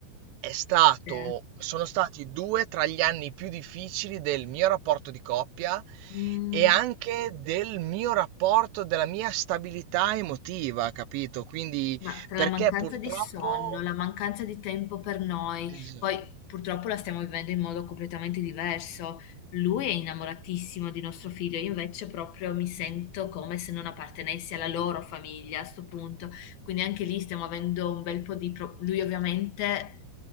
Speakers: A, on the right; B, on the left.
A: è stato
B: Sì.
A: sono stati 2 tra gli anni più difficili del mio rapporto di coppia
B: Mm.
A: e anche del mio rapporto della mia stabilità emotiva, capito? Quindi
B: Ma tra
A: perché
B: la mancanza
A: purtroppo
B: di sonno, la mancanza di tempo per noi,
A: esa
B: poi purtroppo la stiamo vivendo in modo completamente diverso. Lui è innamoratissimo di nostro figlio, io invece proprio mi sento come se non appartenessi alla loro famiglia a sto punto. Quindi anche lì stiamo avendo un bel po' di... pro- Lui ovviamente